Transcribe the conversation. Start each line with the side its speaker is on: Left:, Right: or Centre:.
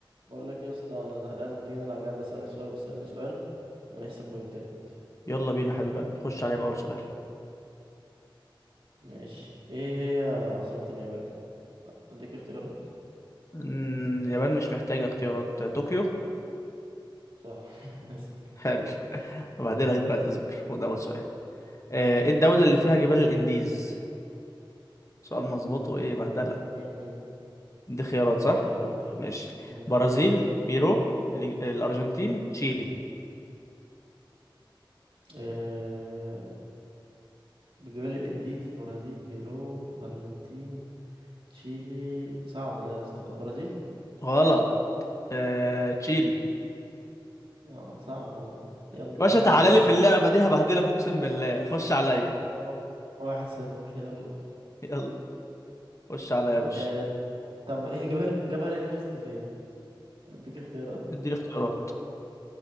Right: بقول لك يا اسطى انا زهقان ما تيجي نلعب لعبه اسالك سؤال وتسالني سؤال ونحسب بوينتات
Left: يلا بينا حبيب قلبي خش عليا بأول سؤال
Right: ماشي ايه هي عاصمه اليابان عندك اختيارات
Left: مم، اليابان مش محتاجة اختيارات طوكيو
Right: صح <laughs> اسال
Left: حلو <laughs> وبعدين لك دلوقتي اصبر خد أول سؤال آه، ايه الدولة اللي فيها جبال الإنديز سؤال مظبوط وإيه بهدلة
Right: مم.
Left: دي خيارات
Right: اديني
Left: صح
Right: اختيارات طيب
Left: ماشي
Right: مم.
Left: برازيل بيرو الإن- الأرجنتين تشيلي
Right: آه... بجبال الانديز برازيل بيرو الارجنتين تشيلي صعب ده يا اسطى البرازيل
Left: غلط آه، تشيلي
Right: اه صعب يلا
Left: يا باشا
Right: طب
Left: تعالى
Right: ماشي
Left: لي في اللعبة دي هبهدلك أقسم بالله خش عليا
Right: آه، واحد صفر يلا
Left: يلا خش عليا يا باشا
Right: آه... طب ايه جبل جبل ايفرست فين اديك اختيارات
Left: اديني اختيارات